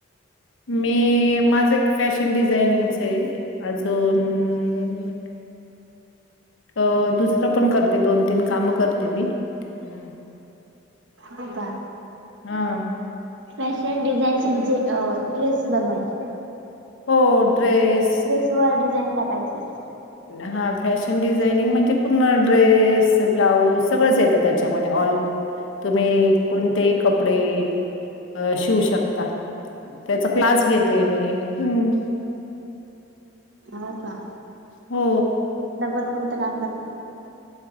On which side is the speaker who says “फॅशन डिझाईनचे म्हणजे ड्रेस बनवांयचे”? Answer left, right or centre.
Right